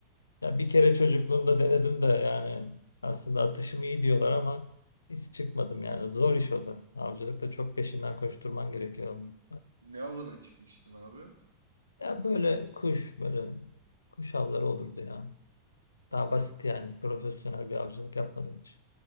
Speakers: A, on the left; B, on the right.
A: Ya bir kere çocukluğumda denedim de yani aslında atışım iyi diyorlar ama hiç çıkmadım yani. Zor iş o da. Avcılıkta çok peşinden koşturman gerekiyor. onun.
B: Ne avına çıkmıştın abi?
A: Ya böyle kuş böyle kuş avları olurdu ya.
B: Allah.
A: Daha basit yani. Profesyonel bir avcılık yapmadım hiç.